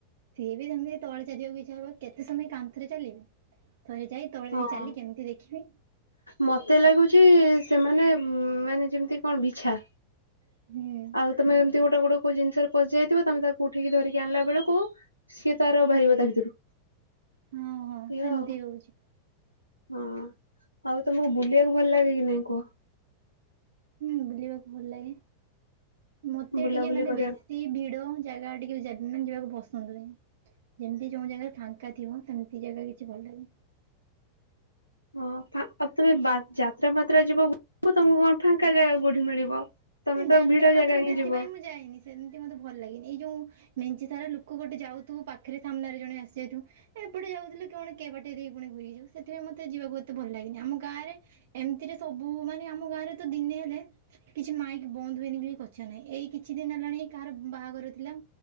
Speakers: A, on the right (about 55°); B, on the left (about 85°).
A: ସିଏ ବି ସେମିତି ତଳେ ଚାଲିବାକୁ ଇଚ୍ଛା ହବ କେତେ ସମୟ କାନ୍ଥରେ ଚାଲିବି। ଥରେ ଯାଇ ତଳେ
B: ହଁ
A: ବି ଚାଲେ କେମିତି ଦେଖିବି।
B: ମତେ ଲାଗୁଚି ସେମାନେ ମାନେ ଯେମିତି କଣ ବିଛା।
A: ହୁଁ।
B: ଆଉ ତମେ ଏମତି ଗୋଟେ ଗୋଟେ କୋଉ ଜିନିଷରେ ପସି ଯାଇଥିବ ତମେ ତାକୁ ଉଠେଇକି ଧିରିକି ଆଣିଲା ବେଳକୁ। ସିଏ ତାର ବାହାରିବ
A: ହୁଁ।
B: ତା ଭିତରୁ,
A: ହଁ ହଁ
B: ଏଇଆ
A: ସେମିତି
B: ଆଉ।
A: ହଉଛି
B: ହଁ ଆଉ ତମକୁ ବୁଲିବାକୁ ଭଲ ଲାଗେ କି ନାଇଁ କୁହ।
A: ହୁଁ ବୁଲିବାକୁ ଭଲ ଲାଗେ ମତେ
B: ବୁଲାବୁଲି
A: ଟିକେ ମାନେ
B: କରିବାକୁ
A: ବେଶି। ବେଶି ଭିଡ ଜାଗା ଟିକେ ବି ଯା ମାନେ ଯିବାକୁ ପସନ୍ଦ ହୁଏନି। ଯେମିତି ଯୋଉଁ ଜାଗାରେ ଫାଙ୍କା ଥିବ ସେମିତି ଜାଗା କିଛି ଭଲ ଲାଗେ।
B: ହଁ ଫା ଆଉ ତମେ ବା ଯାତ୍ରା ଫାତ୍ରା ଯିବ ବୁଲିବାକୁ ଆଉ ତମକୁ କଣ ଫାଙ୍କା ଜାଗା କୋଉଠି ମିଳିବ। ତମେ ତ
A: ଯାତ୍ରା
B: ଭିଡ
A: ଫାତ୍ରା
B: ଜାଗା ହିଁ
A: ସେଥିପାଇଁ
B: ଯିବ
A: ମୁଁ ଯାଏନି। ସେମିତି ମତେ ଭଲ ଲାଗେନି ଏଇ ଯୋଉ ମେଞ୍ଚେ ସାରା ଲୋକ ଗୋଟେ ଯାଉଥିବ ପାଖରେ ସାମ୍ନାରେ ଜଣେ ଆସିଯାଉଥିବ ଏପଟେ ଯାଉଥିଲେ କିଅଣ କେବାଟେ ଦେଇ ପୁଣି ଘୁରିକି ଯାଉ ସେଥିପାଇଁ ମତେ ଯିବାକୁ ଏତେ ଭଲ ଲାଗେନି ଆମ ଗାଁରେ ଏମିତିରେ ସବୁ ମାନେ ଆମ ଗାଁ ରେ ତ ଦିନେ ଅଧେ କିଛି ମାଇକ୍ ବନ୍ଦ ହୁଏନି ବୋଲି କଛା ନାହିଁ ଏଇ କିଛି ଦିନ ହେଲାଣି କାହାର ବାହାଘର ଥିଲା